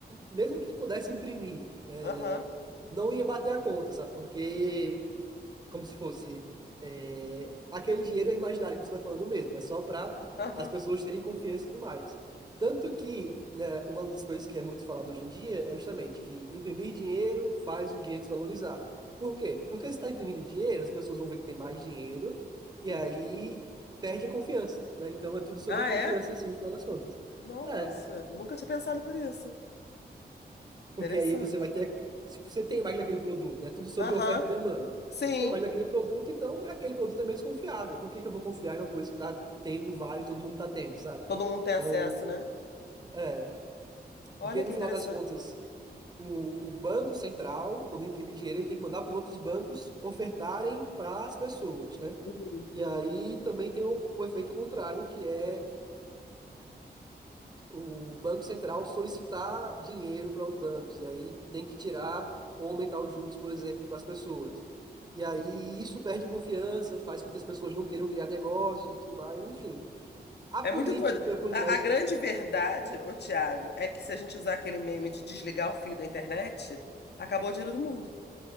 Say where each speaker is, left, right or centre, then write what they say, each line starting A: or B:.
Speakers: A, on the right; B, on the left.
A: mesmo que pudesse imprimir, é,
B: Aham,
A: não ia bater a conta, sabe? Porque como se fosse é, aquele dinheiro é imaginário que você está falando mesmo, é só para
B: aham.
A: as pessoas terem confiança e tudo mais. Tanto que, né, uma das coisas que é muito falado hoje em dia é justamente que imprimir dinheiro faz o dinheiro desvalorizar. Por quê? Porque se está imprimindo dinheiro, as pessoas vão ver que tem mais dinheiro e
B: uhum.
A: aí perde a confiança, né? Então é tudo sobre
B: Ah,
A: a confiança
B: é?
A: em si, no final das contas.
B: Nossa,
A: É,
B: nunca tinha pensado por isso.
A: porque
B: Interessante.
A: aí você vai ter. Se você tem mais daquele produto, né? Tudo sobre
B: Aham,
A: oferta e demanda.
B: Sim.
A: Se tem mais daquele produto, então é aquele produto é menos confiável. Por que que eu vou confiar em uma coisa que tá tendo vários, todo mundo tá tendo, sabe?
B: Todo mundo tem
A: Então,
B: acesso, né?
A: é. Porque
B: Olha
A: no
B: que
A: final
B: interessante.
A: das contas, o, o Banco Central, quando imprime dinheiro, ele tem que mandar para os outros bancos ofertarem para as pessoas, né?
B: Uhum.
A: E aí também tem o, o efeito contrário, que é o Banco Central solicitar dinheiro para os bancos, e aí tem que tirar ou aumentar os juros, por exemplo, para as pessoas. E aí isso perde a confiança, faz com que as pessoas não queiram criar negócios e tudo mais. Enfim, a
B: É
A: política
B: muito doido.
A: por
B: A,
A: trás
B: a grande verdade, ô Thiago, é que se a gente usar aquele meme de desligar o fio da internet, acabou o dinheiro do mundo.